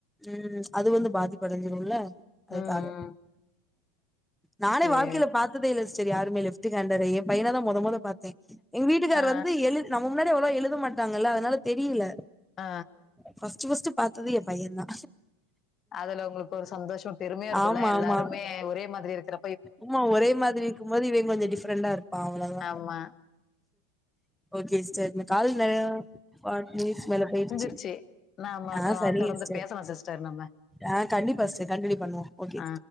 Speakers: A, in the centre; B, on the left.
A: ம் அது வந்து பாதிப்படைஞ்சுடுல்ல அதுக்காக
B: ம், ம்.
A: நானே
B: சரி
A: வாழ்க்கையில பாத்த பாத்ததே இல்ல சிஸ்டர் யாருமே லெப்டு ஹெண்டற எ பையன தா மொத மொத பாத்தே எங்க வீட்டுக்கார்
B: ஆ,
A: வந்து எழுதி நம்ம முன்னாடி அவ்வளவா எழுத மாட்டாங்கல்ல அதனால தெரியல
B: ஆ
A: ஃபஸ்ட்டு ஃபஸ்ட்டு பாத்தது எ பையந்தா
B: அதுல ஒங்களுக்கு ஒரு சந்தோஷோ பெருமையா இருக்குல்ல
A: ஆமா
B: எல்லாருமே
A: ஆமா
B: ஒரே மாதிரி இருக்ற
A: ஆமா ஒரே மாதிரி இருக்கும்போது இவ கொஞ்சோ டிஃப்ரெண்டா இருப்பா அவ்வளதா
B: ஆமா
A: ஓகே சிஸ்டர் இந்த கால் நெறயா ஃபாட்டி மினிட்ஸ் மேல போயிருச்சு
B: முடிஞ்சிருச்சு நாம அப்பறோ
A: ஆ சரிங்க
B: தொடர்ந்து
A: சிஸ்டர்
B: பேசலா சிஸ்டர் நம்ம
A: ஆ கண்டிப்பா சிஸ்டர் கண்டினியூ பண்ணுவோ ஓகே
B: ஆ